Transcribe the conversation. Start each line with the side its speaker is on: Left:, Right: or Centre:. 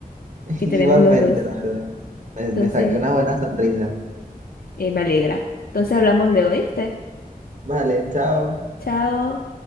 Right: <laughs>
Left: que
Right: Igualmente,
Left: tenemos los dos.
Right: la verdad. Me, me
Left: Entonces,
Right: saqué una buena sonrisa.
Left: eh, me alegra. Entonces hablamos luego, ¿viste?
Right: Vale, chao.
Left: Chao.